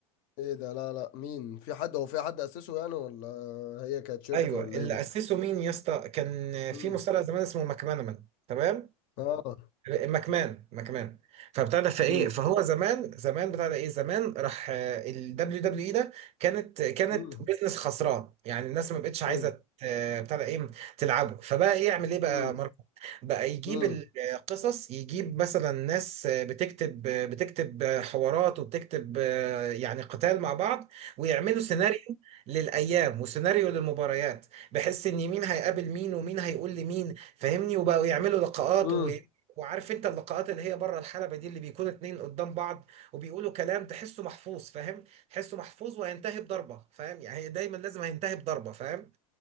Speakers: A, on the left; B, on the right.
A: ايه ده لا لا مين في حد هو في حد اسسه يعني ولا هي كانت شركه
B: ايوه
A: ولا
B: اللي
A: ايه دي
B: اسسه مين يا اسطى كان
A: امم
B: في مصارع زمان اسمه ماكمان تمام
A: اه
B: مكمان مكمان فبتاع ده فايه
A: امم
B: فهو زمان زمان بتاع ده ايه زمان راح آه، ال دبليو دبليو اي ده كانت كانت
A: امم
B: بيزنس خسران يعني الناس ما بقتش عايزه
A: ايوه
B: ت- بتاع ده ايه تلعبه فبقى ايه يعمل ايه بقى
A: امم
B: ماركو بقى يجيب
A: امم
B: القصص يجيب مثلا ناس بتكتب بتكتب حوارات وبتكتب يعني قتال مع بعض ويعملوا سيناريو للايام وسيناريو للمباريات بحيث ان مين هيقابل مين ومين هيقول لمين فاهمني وبقوا يعملوا لقاءات
A: امم
B: وعارف انت اللقاءات اللي هي بره الحلبة دي اللي بيكون اتنين قدام بعض وبيقولوا كلام تحسه محفوظ فاهم تحسه محفوظ وهينتهي بضربة فاهم يعني دايما لازم هينتهي بضربة فاهم